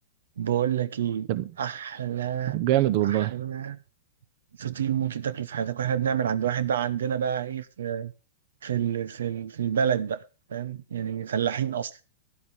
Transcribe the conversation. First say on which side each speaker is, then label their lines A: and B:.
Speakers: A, on the right; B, on the right.
A: بقول لك ايه
B: طب
A: احلى
B: طب جامد والله
A: احلى فطير ممكن تاكله في حياتك واحنا بنعمل عند واحد بقى عندنا بقى ايه في في ال... في ال... في البلد بقى فاهم يعني فلاحين اصلا